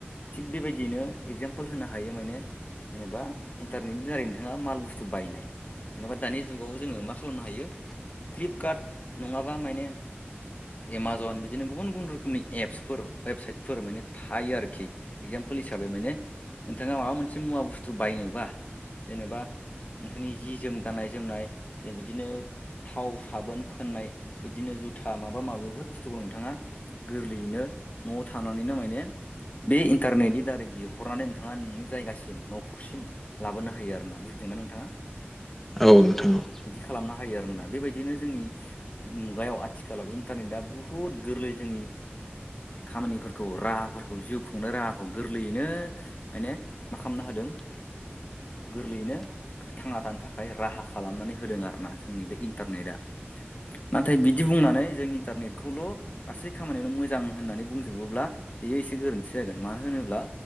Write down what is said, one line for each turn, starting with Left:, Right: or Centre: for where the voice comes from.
Left: थिग बेबायदियैनो एगजामपोल होनो हायो माने जेनेबा इन्टारनेटनि दारैनो नोंङा माल बुस्थु बायनाय जेनेबा दानि जुगाव जोङो मा खालामनो हायो फ्लिपकार्ट नङाबा माने एमाजन बिदिनो गुबुन गुबुन रोखोमनि एप्सफोराव वेबसाइटफोर माने थायो आरोखि एगजा म्फुल हिसाबै माने नोंथाङा माबा मोनसे मुवा बुस्थु बायनोबा जेनेबा नोंथांनि जि जोम गाननाय जोमनाय बिदिनो थाव साबोन फोननाय बिदिनो जुथा माबा माबि बेफोर बुस्थुखौ नोंथाङा गोरलैयैनो न'आव थानानैनो माने बे इन्टारनेटनि दारै बिहरनानै नोंथाङा नोंनि जायगासिम न'खरसिम लाबोनो हा हायो आरो ना बुजिदों ना नोंथाङा
Centre: औ नोंथां औ
Left: बिदि खालामनो हायो आरोना बेबायदि बिदिनो जोंनि मुगायाव आथिखालाव इन्टारनेटआ बुहुद गोरलै जोंनि खामानिफोरखौ राहाफोरखौ जिउ खुंनाय राहाखौ गोरलैयैनो माने मा खालामना होदों गोरलैयैनो थांना थानो थाखाय राहा खालामनानै होदों आरोना जोंनि बे इनथारनेटआ ना नाथाय बिदि बुंनानै जों इन्टारनेटखौल' गासै खामानियावनो मोजां होननानै बुंजोबोब्ला बेयो एसे गोरोनथि जागोन मानो होनोब्ला